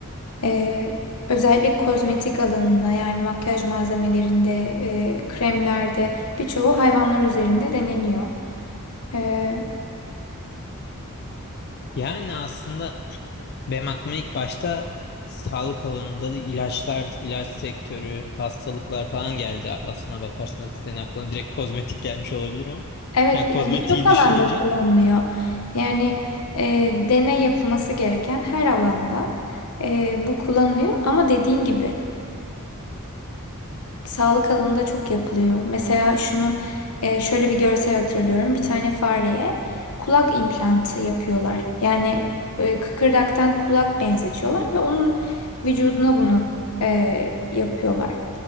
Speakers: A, on the left (about 85°); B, on the left (about 45°).
A: Ee, özellikle kozmetik alanında yani makyaj malzemelerinde, e, kremlerde birçoğu hayvanlar üzerinde deneniyor. Ee,
B: Yani aslında Benim aklıma ilk başta sağlık alanında da ilaçlar, ilaç sektörü, hastalıklar falan geldi. Aslına bakarsanız senin aklına direkt kozmetik gelmiş olabilir ama.
A: evet
B: Ya kozmetiği
A: ya birçok alanda
B: düşününce
A: kullanılıyor. Yani e, deney yapılması gereken her alanda e, bu kullanılıyor. Ama dediğin gibi sağlık alanında çok yapılıyor. Mesela şunu e, şöyle bir görsel hatırlıyorum. Bir tane fareye kulak implantı yapıyorlar. Yani e, kıkırdaktan kulak benzetiyorlar ve onun vücuduna bunu e, yapıyorlar.